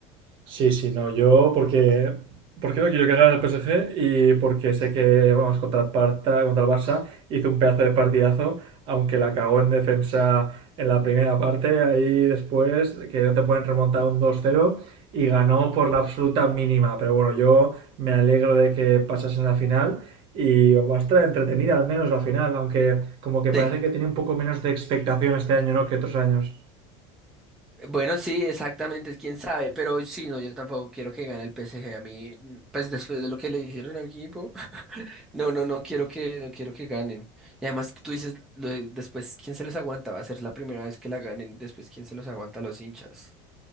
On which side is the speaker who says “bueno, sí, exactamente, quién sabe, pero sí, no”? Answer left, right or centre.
Centre